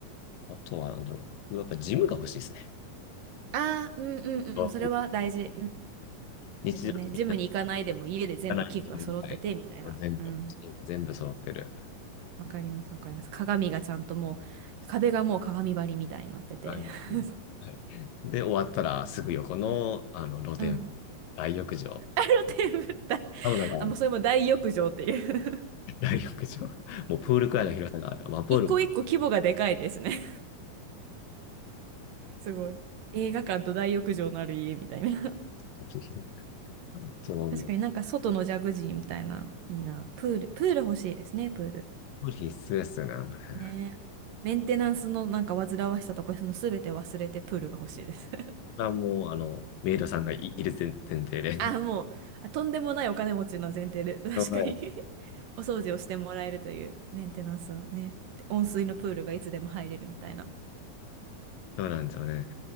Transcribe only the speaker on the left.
あとは、なんだろう。僕やっぱジムが欲しいですね。
そういう
日常的に
やらない自分で、
もう全部、
全部揃ってる。
大学にはい。
で、終わったらすぐ横の、あの露天風呂、
大浴場。
サウナがある
<laughs> 大浴場。もうプールくらいの広さがある。
まあ、プールも
<laughs> そうなんだ。
必須ですよね、あの辺。
そ
れはもう、あの、メイドさんがい、いる前前提で。
<laughs>
はい
そうなんですよね。